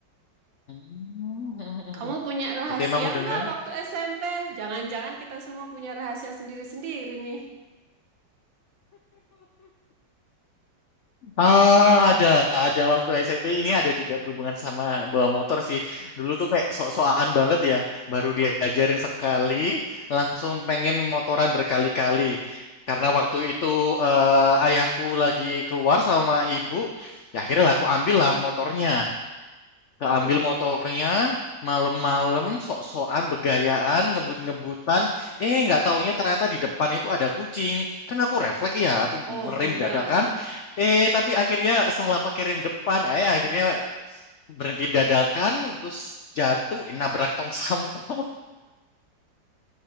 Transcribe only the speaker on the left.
<laughs>
Oke, emang udah
bilang.
Ah, ada, ada waktu SMP ini ada juga berhubungan sama bawa motor sih. Dulu tuh kayak sok-sokan banget ya, baru diajarin sekali, langsung pengen motoran berkali-kali. Karena waktu itu eh, ayahku lagi keluar sama ibu, ya akhirnya lah aku ambil lah motornya. keambil
motornya malam-malam sok-sokan begayaan ngebut-ngebutan eh nggak taunya ternyata di depan itu ada kucing kan aku refleks ya aku
ngerem
dadakan eh tapi akhirnya salah pakai rem depan eh akhirnya berhenti dadakan terus jatuh eh, nabrak tong sampah